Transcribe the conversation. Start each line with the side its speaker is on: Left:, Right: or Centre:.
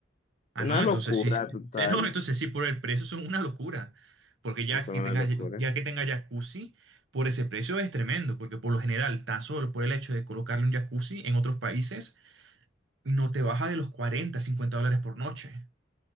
Right: Ah,
Left: una
Right: no, entonces
Left: locura
Right: sí, <laughs>
Left: total.
Right: no, entonces sí, por el precio son una locura, porque ya
Left: Sí, son
Right: que
Left: una
Right: tenga,
Left: locura.
Right: ya que tenga jacuzzi, por ese precio es tremendo, porque por lo general, tan solo por el hecho de colocarle un jacuzzi en otros países, no te baja de los 40, 50 dólares por noche.